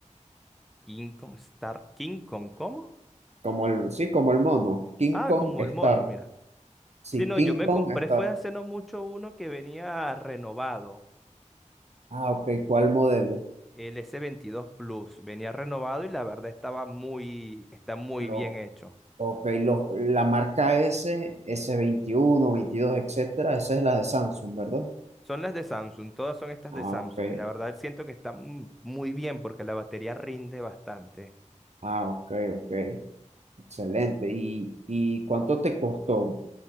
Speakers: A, in the centre; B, on the right.
A: King Kong Star, King Kong, ¿cómo?
B: Como el, sí, como el mono, King
A: Ah,
B: Kong
A: como
B: Star.
A: el mono, mira.
B: Sí,
A: Sí, no,
B: King
A: yo me
B: Kong
A: compré
B: Star.
A: fue hace no mucho uno que venía renovado,
B: Ah, ok, ¿cuál modelo?
A: el S22 Plus, venía renovado y la verdad estaba muy, está muy
B: Lo,
A: bien hecho.
B: ok, lo- la marca S, s veintiuno, veintidós, etcétera, esa es la de Samsung, ¿verdad?
A: Son las de Samsung, todas son estas
B: Ah,
A: de Samsung
B: ok.
A: y la verdad siento que están muy bien porque la batería rinde bastante.
B: Ah, ok, ok. Excelente. ¿Y, y cuánto te costó?